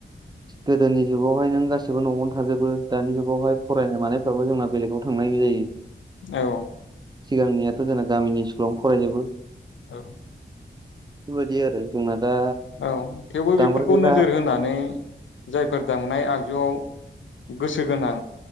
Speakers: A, on the right; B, on the left.
A: गोदोनि जुगावहाय नों गासैबो न'आवनो थाजोबो। दानि जुगावहाय फरायनाय मानाय जोंना बेलेगाव थांनाय जायो।
B: औ।
A: सिगांनियाथ' जोंना गामिनि स्कुलावनो फरायजोबो।
B: औ।
A: बेबायदि आरो जोंना। दा
B: औ थेवबो बेफोरखौ
A: दामग्रा देग्रा
B: नोजोर होनानै जायफोर दामनाय आगजुआव गोसो गोनां।